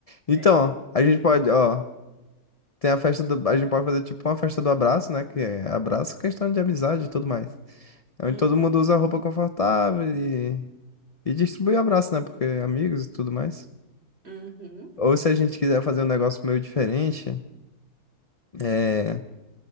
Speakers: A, on the left; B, on the right.
A: Então,
B: É.
A: a gente pode, ó, tem a festa do, a gente pode fazer tipo uma festa do abraço, né? Que é abraço, questão de amizade e tudo mais. É
B: Uhum.
A: Onde todo mundo usa roupa confortável e, e distribui abraço, né? Porque é amigos e tudo mais.
B: Uhum,
A: Ou se a gente quiser fazer um negócio meio diferente. É,